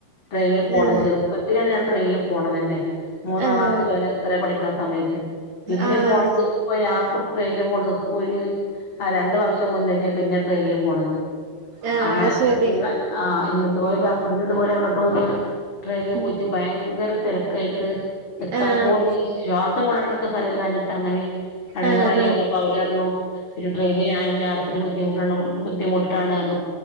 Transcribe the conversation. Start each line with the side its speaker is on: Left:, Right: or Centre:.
Left: ട്രെയിനിൽ പോണത്
Right: ആഹ്
Left: ചെറുപ്പത്തിലാണ് ഞാൻ ട്രെയിനിൽ പോണതന്നെ മൂന്നാം
Right: ആഹ്
Left: ക്ലാസ്സിലോ ന ഇത്ര പഠിക്കണ സമയത്ത് പിന്നെ
Right: ആഹ്
Left: പോണത് ഇപ്പ ഞാൻ പൊട്ട ട്രെയ്ന് ല് പോണത് ഇപ്പൊ ഒരു രണ്ടു വർഷം മുന്നേട്ടേ പിന്നെ ട്രെയിനിൽ പോണത്
Right: ആഹ്
Left: അങ്ങനെ
Right: അത് ശെരി
Left: ആ ഇന്നതെപോലെ നംമ്പർ ഇതുപോലെ അങ്ങോട്ട് ട്രെയിനില്
Right: ഉം
Left: പോയിട്ട് ഭയങ്കര തിരക്കായിട്ട് വെക്കാൻ
Right: ആഹ്
Left: പോലെ ഒരു ശ്വാസം വിടാനൊക്കെ സ്ഥലംല്ലാഞ്ഞിട്ട് അങ്ങനെ അടങ്ങറായിപ്പൊ
Right: ആഹ്
Left: അവര്ഞ്ഞു പിന്നെ ട്രെയിനാനില്ല അത്ര ബുദ്ധിമുട്ട ബുദ്ധിമുട്ടാണ് പറഞ്ഞു